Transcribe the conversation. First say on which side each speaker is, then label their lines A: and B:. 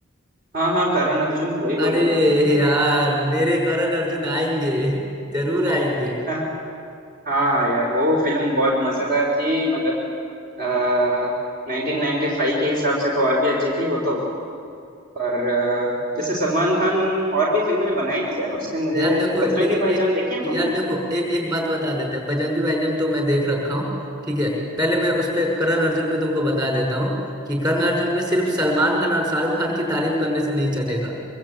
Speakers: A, on the right; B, on the right.
A: हाँ हाँ करण अर्जुन वही
B: अरे
A: बोल रहे हो ना
B: यार मेरे करण अर्जुन आएंगे जरूर आएंगे
A: <laughs> हाँ हाँ यार वो फिल्म बहुत मजेदार थी मतलब आ, 1995 के हिसाब से तो और भी अच्छी थी वो तो पर अ, जैसे सलमान खान और भी फिल्में बनाई थी यार उसने मुझे
B: यार देखो
A: बजरंगी
B: लेकिन
A: भाईजान
B: एक
A: देखी है तुमने
B: यार देखो एक एक बात बता देते हैं बजरंगी भाईजान तो मैं देख रखा हूँ ठीक है पहले मैं उस पे करण अर्जुन पे तुमको बता देता हूँ कि करण अर्जुन में सिर्फ सलमान खान और शाहरुख खान की तारीफ करने से नहीं चलेगा